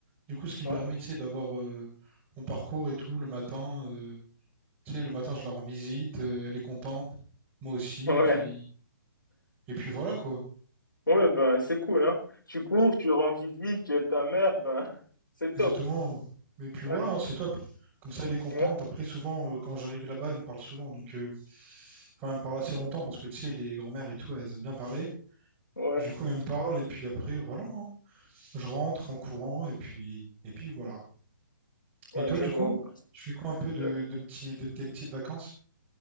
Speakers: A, on the right; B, on the left.
A: Du coup, ce qui me
B: ouais.
A: permet, tu sais, d'avoir euh, mon parcours et tout le matin. euh, tu sais, le matin, je la rends visite, euh, elle est contente, moi aussi.
B: <laughs>
A: Et puis, et puis voilà quoi.
B: Ouais, ouais, ben, c'est cool, hein. Tu cours, tu rends visite, tu es ta mère, ben, <laughs> c'est
A: Exactement.
B: top.
A: Mais puis voilà,
B: Ouais,
A: hein, c'est top. Comme ça, elle est contente.
B: ouais,
A: Après, souvent, euh, quand j'arrive là-bas, elle me parle souvent. Donc, euh, enfin, elle me parle assez longtemps parce que tu sais, les grand-mères et tout, elles aiment bien parler.
B: ouais,
A: Du coup, elle me parle et puis après, voilà. hein. Je rentre en courant et puis, et puis voilà.
B: ouais,
A: Et toi,
B: je
A: du
B: vois.
A: coup,
B: ben.
A: tu fais quoi un peu de,
B: Euh,
A: de, petits, de tes petites vacances?